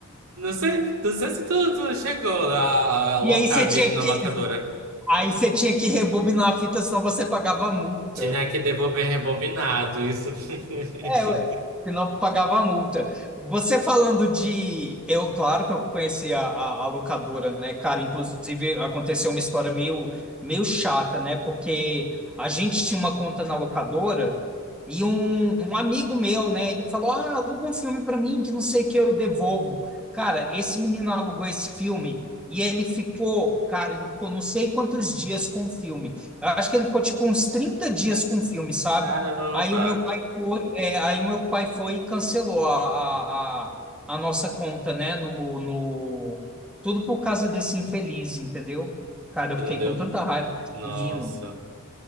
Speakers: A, on the right; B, in the centre.
A: não sei, não sei se tu, tu chegou a, a locar
B: E aí você tinha
A: vídeo
B: que
A: na locadora.
B: aí você tinha que rebobinar a fita, senão você pagava multa.
A: Tinha que devolver rebobinado, isso. <laughs>
B: É, ué, senão pagava a multa. Você falando de. Eu, claro que eu conheci a, a, a locadora, né, cara? Inclusive, aconteceu uma história meio, meio chata, né? Porque a gente tinha uma conta na locadora e um, um amigo meu, né? Ele falou: Ah, aluga um filme pra mim que não sei o que eu devolvo. Cara, esse menino alugou esse filme. E ele ficou, cara, ele ficou não sei quantos dias com o filme. Eu acho que ele ficou tipo uns 30 dias com o filme, sabe?
A: Caramba,
B: Aí o meu foi, é, aí meu pai foi e cancelou a, a, a, a nossa conta, né? No, no... Tudo por causa desse infeliz, entendeu? Cara, eu
A: que
B: fiquei
A: não devo.
B: com tanta raiva desse
A: Nossa,
B: menino.